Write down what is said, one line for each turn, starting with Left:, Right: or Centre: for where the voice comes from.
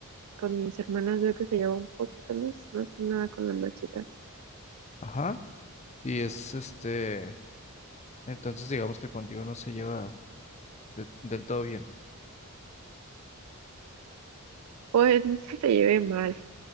Right: con mis hermanas veo que se lleva un poquito más, más que nada con la más chica.
Left: ajá, y es este, entonces digamos que contigo no se lleva de- del todo bien.
Right: Pues no es que se lleve mal,